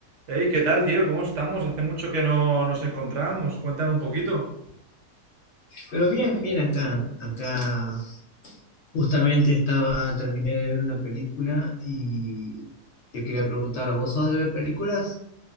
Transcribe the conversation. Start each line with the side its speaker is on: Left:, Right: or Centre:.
Right: Hey, ¿qué tal, tío? ¿Cómo estamos? Hace mucho que no nos encontramos. Cuéntame un poquito.
Left: Pero bien, bien acá. Acá justamente estaba, terminé de ver una película y te quería preguntar, ¿vos sos de ver películas?